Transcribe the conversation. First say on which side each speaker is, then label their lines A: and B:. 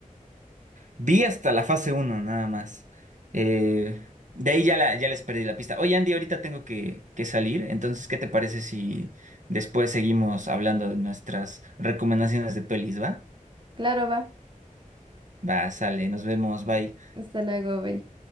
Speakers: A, on the right; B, on the right.
A: Vi hasta la fase uno nada más. Eh, de ahí ya, la, ya les perdí la pista. Oye, Andy, ahorita tengo que, que salir, entonces, ¿qué te parece si después seguimos hablando de nuestras recomendaciones de pelis, va?
B: Claro, va.
A: Va, sale, nos vemos, bye.
B: Hasta luego, bye.